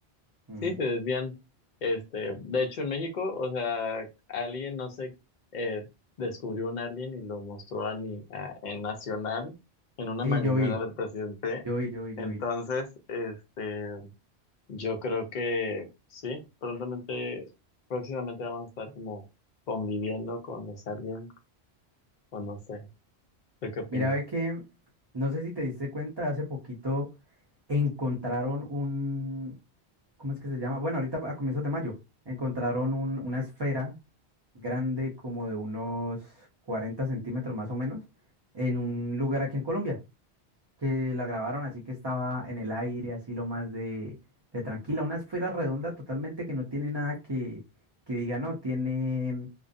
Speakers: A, on the right (about 30°); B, on the left (about 50°).
A: Ujú.
B: Sí, se desvían. Este, de hecho, en México, o sea, alguien, no sé, eh, descubrió un alien y lo mostró a, ni- a- en Nacional, en una
A: Sí,
B: mañanera
A: yo vi,
B: del presidente.
A: yo vi, yo vi, yo
B: Entonces,
A: vi.
B: este, yo creo que sí, prontamente, próximamente vamos a estar como conviviendo con los aliens, o no sé, ¿tú qué opinas?
A: Mira, ve que, no sé si te diste cuenta, hace poquito encontraron un, ¿cómo es que se llama? Bueno, ahorita a comienzos de mayo, encontraron un- una esfera grande como de unos 40 centímetros más o menos en un lugar aquí en Colombia, que la grabaron así que estaba en el aire, así lo más de, de tranquila, una esfera redonda totalmente que no tiene nada que, que diga, no, tiene